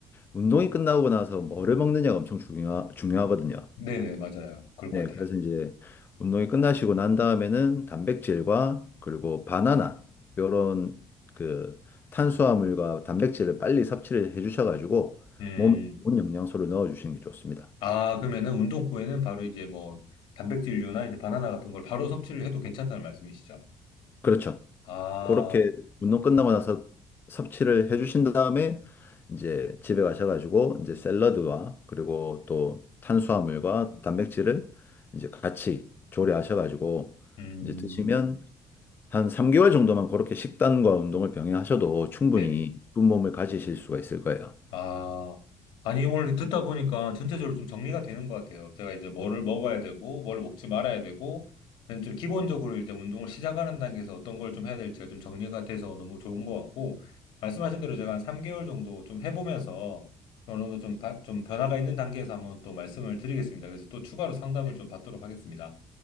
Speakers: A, on the left (about 25°); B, on the left (about 80°).
A: 운동이 끝나고 나서 뭐를 먹느냐가 엄청 중요, 중요하거든요.
B: 네네, 맞아요. 그럴
A: 네,
B: 것 같아요.
A: 그래서 이제 운동이 끝나시고 난 다음에는 단백질과 그리고 바나나 요런 그 탄수화물과 단백질을 빨리 섭취를 해 주셔가지고
B: 음,
A: 몸에 좋은 영양소를 넣어 주시는 게 좋습니다.
B: 아, 그러면은 운동 후에는 바로 이제 뭐 단백질류나 이제 바나나 같은 걸 바로 섭취를 해도 괜찮다는 말씀이시죠?
A: 그렇죠.
B: 아,
A: 그렇게 운동 끝나고 나서 섭취를 해 주신 다음에 이제 집에 가셔가지고 이제 샐러드와 그리고 또 탄수화물과 단백질을 이제 같이 조리하셔가지고
B: 음,
A: 이제 드시면 한 3개월 정도만 그렇게 식단과 운동을 병행하셔도 충분히
B: 네네.
A: 이쁜 몸을 가지실 수가 있을 거예요.
B: 아, 아니, 오늘 듣다 보니까 전체적으로 좀 정리가 되는 것 같아요. 제가 이제 뭐를 먹어야 되고, 뭘 먹지 말아야 되고, 그다음에 좀 기본적으로 일단 운동을 시작하는 단계에서 어떤 걸 좀 해야 될지가 좀 정리가 돼서 너무 좋은 것 같고, 말씀하신 대로 제가 한 3개월 정도 좀 해보면서 좀 어느 정도 좀, 바- 좀 변화가 있는 단계에서 한번 또 말씀을 드리겠습니다. 그래서 또 추가로 상담을 좀 받도록 하겠습니다.